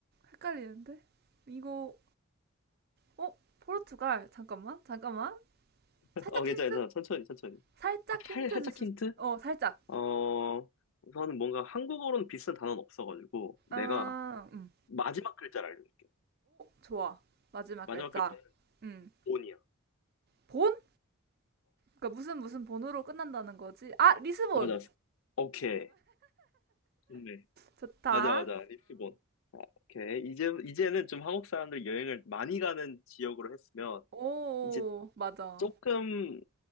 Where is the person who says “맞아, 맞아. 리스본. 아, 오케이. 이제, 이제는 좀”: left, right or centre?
Left